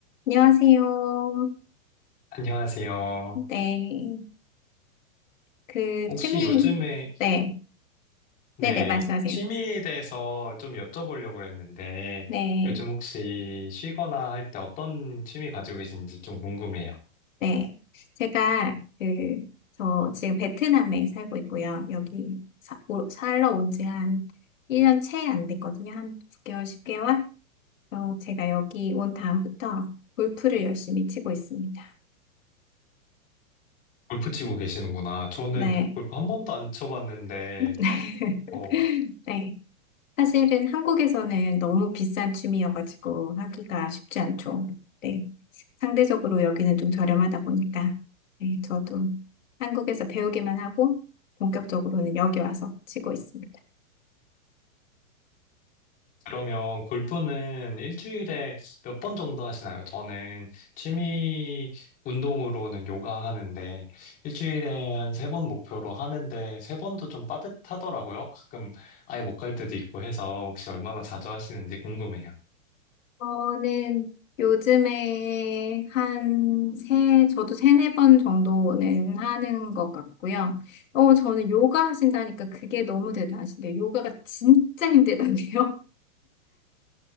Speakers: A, on the left; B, on the left.
A: 안녕하세요.
B: 안녕하세요.
A: 네. 그,
B: 혹시
A: 취미,
B: 요즘에,
A: 네.
B: 네,
A: 네네, 말씀하세요.
B: 취미에 대해서 좀 여쭤보려고 그랬는데,
A: 네.
B: 요즘 혹시 쉬거나 할 때 어떤 취미 가지고 계신지 좀 궁금해요.
A: 네. 제가, 그, 저 지금 베트남에 살고 있고요. 여기 사, 오- 살러 온 지 한 1년 채 안 됐거든요. 한 구 개월 10개월? 어, 제가 여기 온 다음부터 골프를 열심히 치고 있습니다.
B: 골프 치고 계시는구나. 저는
A: 네.
B: 골프 한 번도 안 쳐봤는데,
A: <laughs>
B: 어,
A: 네. 사실은 한국에서는 너무 비싼 춤이어가지고 하기가 쉽지 않죠. 네. 상대적으로 여기는 좀 저렴하다 보니까, 네, 저도 한국에서 배우기만 하고, 본격적으로는 여기 와서 치고 있습니다.
B: 그러면 골프는 일주일에 몇 번 정도 하시나요? 저는 취미 운동으로는 요가 하는데 일주일에 한 세 번 목표로 하는데 세 번도 좀 빠듯하더라고요. 가끔 아예 못 갈 때도 있고 해서 혹시 얼마나 자주 하시는지 궁금해요.
A: 저는 요즘에 한 세, 저도 세네 번 정도는 하는 것 같고요. 어, 저는 요가 하신다니까 그게 너무 대단하신데요. 요가가 진짜 힘들던데요.